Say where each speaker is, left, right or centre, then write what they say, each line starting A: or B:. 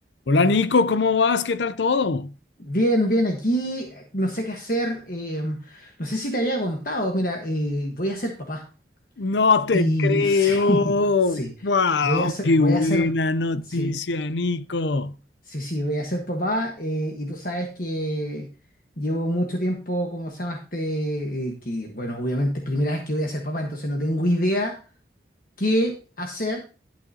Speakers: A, on the left; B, on the left.
A: Hola Nico, ¿cómo vas? ¿Qué tal todo?
B: Bien, bien, aquí eh, no sé qué hacer. eh, no sé si te había contado, mira, eh, voy a ser papá.
A: No te
B: Y
A: creo.
B: sí, <laughs> sí,
A: Wow.
B: voy a ser,
A: Qué
B: voy
A: buena
B: a ser,
A: noticia,
B: sí,
A: Nico.
B: sí, sí, voy a ser papá. eh, y tú sabes que llevo mucho tiempo, ¿cómo se llama este? eh, que, bueno, obviamente es primera vez que voy a ser papá, entonces no tengo idea qué hacer